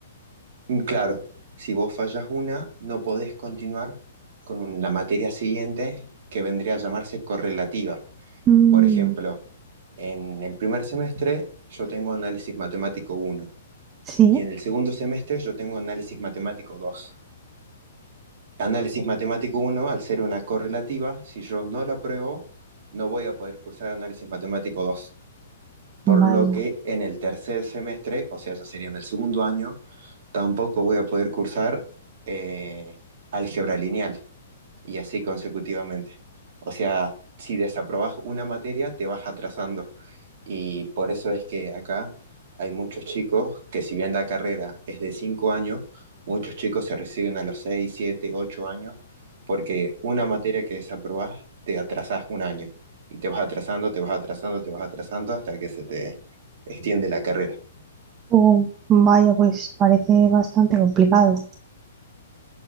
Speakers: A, on the right; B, on the right.
A: Mm, Claro, si vos fallas una, no podés continuar con un- la materia siguiente, que vendría a llamarse correlativa.
B: Mm,
A: Por ejemplo, en el primer semestre yo tengo análisis matemático uno
B: sí,
A: y en el segundo semestre yo tengo análisis matemático 2. Análisis matemático uno, al ser una correlativa, si yo no la apruebo, no voy a poder cursar análisis matemático 2. Por
B: vaya.
A: lo que en el tercer semestre, o sea, ya sería en el segundo año, tampoco voy a poder cursar eh, álgebra lineal, y así consecutivamente. O sea, si desaprobas una materia, te vas atrasando. Y por eso es que acá hay muchos chicos que si bien la carrera es de 5 años, muchos chicos se reciben a los 6 7 8 años, porque una materia que desaprobás te atrasás un año. Y te vas atrasando, te vas atrasando, te vas atrasando hasta que se te extiende la carrera.
B: Oh, vaya, pues parece bastante complicado.